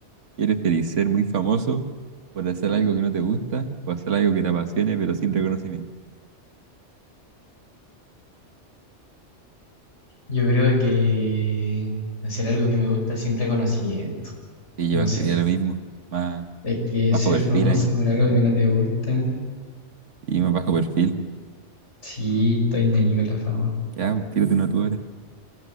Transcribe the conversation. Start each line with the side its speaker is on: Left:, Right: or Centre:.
Right: ¿Quieres feliz ser muy famoso por hacer algo que no te gusta o hacer algo que te apasione pero sin reconocimiento?
Left: Yo creo que hacer algo que me gusta sin reconocimiento.
Right: Sí,
Left: No
Right: yo
Left: sé
Right: quería
Left: tú.
Right: lo mismo, más
Left: Es que
Right: bajo
Left: ser
Right: perfil
Left: famoso
Right: ahí,
Left: por algo que no te gusta.
Right: y más bajo perfil.
Left: Sí, estoy ahí con la fama.
Right: Ya, pues tírate una tú ahora.